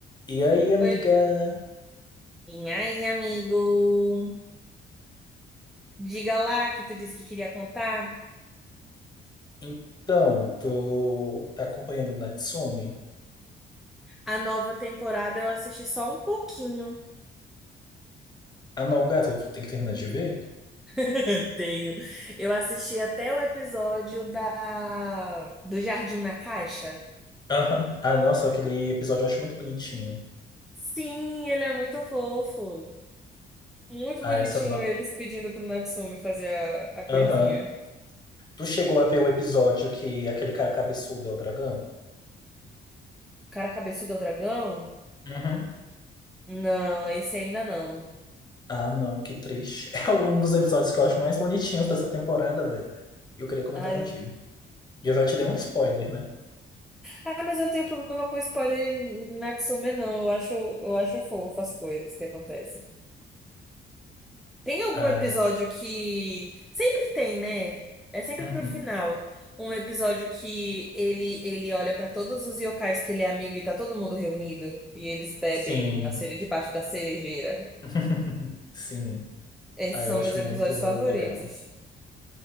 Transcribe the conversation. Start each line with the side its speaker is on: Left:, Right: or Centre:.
Left: E aí, amiga?
Centre: Oi. E aí, amigo? Diga lá que tu disse que queria contar.
Left: Então, tu tá acompanhando o Natsumi?
Centre: A nova temporada eu assisti só um pouquinho.
Left: Ah, não, gata, tu tem que terminar de ver?
Centre: <laughs> Tenho. Eu assisti até o episódio da do Jardim na Caixa.
Left: Aham. Ah, nossa, aquele episódio eu acho muito bonitinho.
Centre: Sim, ele é muito fofo. Muito
Left: Ah,
Centre: bonitinho
Left: essa não.
Centre: eles pedindo pro Natsume fazer a, a coisinha.
Left: Aham.
Centre: O
Left: Tu chegou a ver o episódio que aquele cara cabeçudo é o dragão?
Centre: cara cabeçudo é o dragão?
Left: Uhum.
Centre: Não, esse ainda não.
Left: Ah, não, que triste. <laughs> É um dos episódios que eu acho mais bonitinhos dessa temporada, velho. E eu queria comentar
Centre: Ah,
Left: contigo.
Centre: eu
Left: E eu já te dei um spoiler, né?
Centre: Ah, mas eu não tenho problema com spoiler em em Natsume, não. Eu acho, eu acho fofo as coisas que acontecem. Tem algum
Left: Ai.
Centre: episódio que. Sempre tem, né? É sempre
Left: Uhum.
Centre: pro final. Um episódio que ele ele olha pra todos os yokais que ele é amigo e tá todo mundo reunido. E eles bebem
Left: Sim.
Centre: na cereja, debaixo da cerejeira.
Left: <laughs> Sim,
Centre: Esses
Left: ah, eu
Centre: são
Left: acho
Centre: meus episódios
Left: muito
Centre: favoritos.
Left: legal.